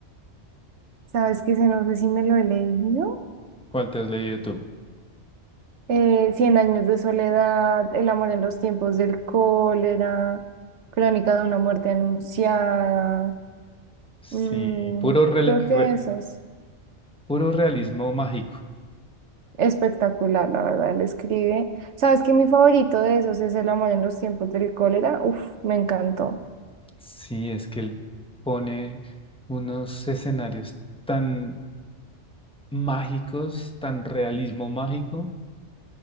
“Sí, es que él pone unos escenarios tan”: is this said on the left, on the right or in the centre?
Centre